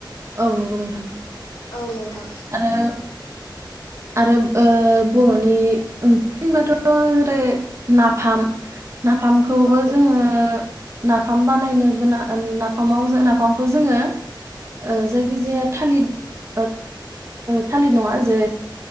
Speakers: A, on the right; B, on the left.
A: औ नंगौ नोंथां।
B: औ नोंथां।
A: आरो आरो ओ बर'नि ओंख्रि होनब्लाथ' जेरै नाफाम नाफामखौबो
B: औ
A: जोङो नाफाम बानायनोबो ना नाफामाव नाफामखौ जोङो ओ जायखिजाया थालिर थालिर नङा जे